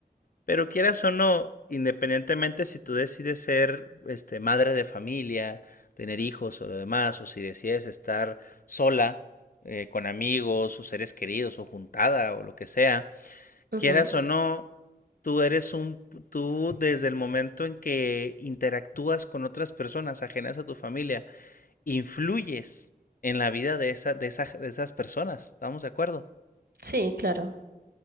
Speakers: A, on the left; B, on the right.
A: Pero quieras o no, independientemente si tú decides ser, este, madre de familia, tener hijos o lo demás, o si decides estar sola, eh, con amigos o seres queridos o juntada o lo que sea,
B: Ujú,
A: quieras o no, tú eres un, tú desde el momento en que interactúas con otras personas ajenas a tu familia, influyes en la vida de esa, de esa, de esas personas, ¿estamos de acuerdo?
B: Sí, claro.